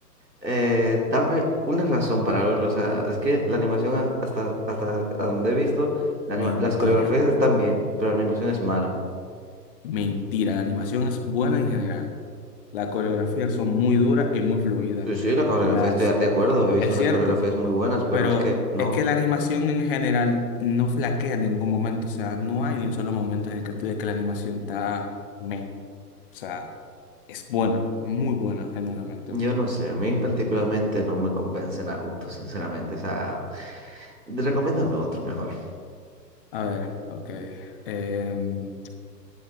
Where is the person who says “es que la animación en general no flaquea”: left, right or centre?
Left